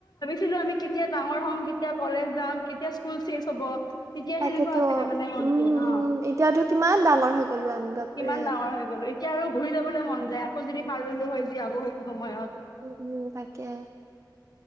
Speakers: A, on the left (about 60°); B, on the right (about 40°).
A: ছিলো আমি কেতিয়া ডাঙৰ হ'ম কেতিয়া কলেজ যাম কেতিয়া স্কুল চেজ হ'ব তেতিয়া
B: তাকেতো
A: সেনেকুৱা আছিলে মানে মনটো
B: উম উম
A: অ
B: এতিয়াতো কিমান ডাঙৰ হৈ গলো আমি বাপৰে
A: কিমান ডাঙৰ হৈ গলো এতিয়া আৰু ঘূৰি যাবলৈ মন যায় আকৌ যদি পাৰলো হয় যীয়াব সেইটো সময়ত
B: উম উম তাকে